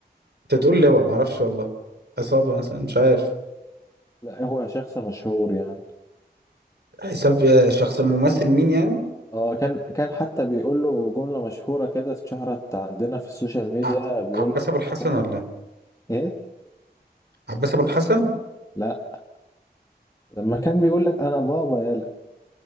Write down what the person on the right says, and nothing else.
انت تقول لي هو معرفش والله عصابة مثلا مش عارف
حساب آه، شخص الممثل مين يعني
ع-
عباس
ابو الحسن
ولا
عباس ابو الحسن